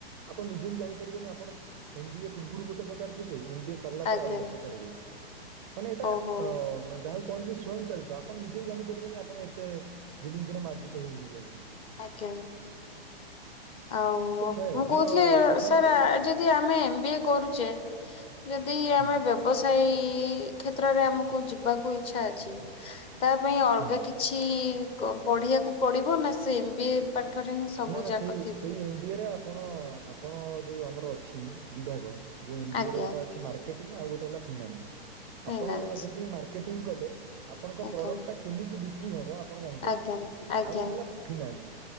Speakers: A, on the right; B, on the left.
A: ଆପଣ ନିଜେ ବି ଜାଣିପାରିବେନି ଆପଣ ଏମ ବି ଏ ପୂର୍ବରୁ ଗୋଟେ ପ୍ରକାର ଥିବେ ଏମବ ଏ ସାରିଲା
B: ଆଜ୍ଞା
A: ପରେ ଆଉ ଗୋଟେ ପ୍ରକାର ହେଇଯାଇଥିବେ। ମାନେ ଏଟା
B: ଓହୋ
A: ଅ ମ ଯାହାକୁ କହନ୍ତି ସ୍ୱୟଂଚାଳିତ ଆପଣ ନିଜେ ବି ଜାଣିପାରିବେନି ଆପଣ ଏତେ ଦିନକୁ ଦିନ ମାର୍ଜିତ ହେଇ ହେଇ ଯାଉଛନ୍ତି।
B: ଆଜ୍ଞା। ଆଉ
A: ଏମିତି ସବୁ ଥାଏ ଆଉ
B: ମୁଁ କହୁଥିଲି
A: ମୋ କଥା
B: ସାର
A: ଆପଣଙ୍କୁ
B: ଆଜ ଯ ଆମେ ଏମବିଏ କରୁଛେ ଯଦି
A: ହୁଁ
B: ଆମେ ବ୍ୟ ବ୍ୟବସାୟ କ୍ଷେତ୍ରରେ ଆମକୁ ଯିବାକୁ ଇଚ୍ଛା ଅଛି ତା ପାଇଁ ଅଲଗା
A: ହୁଁ।
B: କିଛି କିଛି ପଢିବାକୁ ପଡିବ ନା ସେ ଏମ ବି ଏ ପାଠରେ ହିଁ ସବୁ
A: ନା ନା
B: ଜାକ
A: ସେଇ ସେଇ ଏମ୍ ବିଏରେ ଆପଣ ଆପଣ ଯେଉଁ ଆମର ଅଛି ବିଭାଗ ଯେଉଁ ଏମ୍ ବିଏର
B: ଆଜ୍ଞା
A: ଗୋଟେ ଅଛି ମାରକେଟିଙ୍ଗ ଆଉ ଗୋଟେ ହେଲା ଫିନାନସ
B: ଫାଇନାନ୍ସ
A: ଆପଣ ଜଦି ମାରକେଟିଙ୍ଗ କଲେ ଆପଣଙ୍କ
B: ଆଜ୍ଞା
A: ପ୍ରଡ଼କ୍ଟଟା କେମିତି ବିକ୍ରି ହେବ ଆପଣ ଜାଣିପାରିବେ
B: ଆଜ୍ଞା ଆଜ୍ଞା
A: ଆଉ ଗୋଟେ ହେଲା ଫିନାନ୍ସ